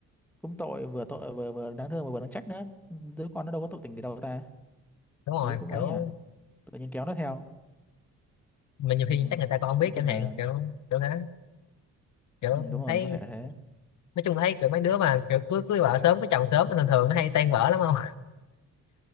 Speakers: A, in the centre; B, on the left.
A: cũng tội vừa tội vừa vừa đáng thương mà vừa đáng trách nữa đứa con nó đâu có tội tình gì đâu ta
B: đúng rồi
A: thấy cũng
B: kiểu
A: ấy nhỉ tự nhiên kéo nó theo
B: mà nhiều khi
A: ừ.
B: chắc người ta còn không
A: nói
B: biết
A: chung
B: chẳng hạn
A: là
B: kiểu kiểu thế kiểu
A: ừ, đúng rồi
B: thấy
A: có thể là thế
B: nói chung là thấy kiểu mấy đứa mà kiểu cưới cưới vợ sớm cưới chồng sớm thì thường thường nó hay tan vỡ lắm không